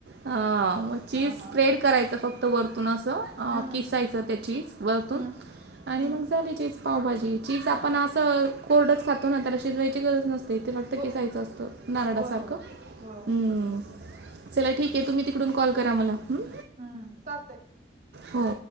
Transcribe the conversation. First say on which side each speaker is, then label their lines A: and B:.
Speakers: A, on the right; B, on the right.
A: ह मग चीज
B: हा
A: स्प्रेड
B: हा
A: करायचं फक्त वरतून अस
B: हम्म
A: किसायचं ते चीज वरतून
B: हम्म
A: आणि
B: हम्म
A: मग झाली चीज पावभाजी चीज आपण
B: हा
A: असं कोरडच खात तो ना त्याला शिजवायची गरज नसते, ते फक्त
B: हो
A: किसायचं असतं नारळासारखं.
B: होय होय होय
A: हम्म चला ठीक आहे तुम्ही तिकडून कॉल करा मला हम्म.
B: हम्म चालतेय.
A: हो.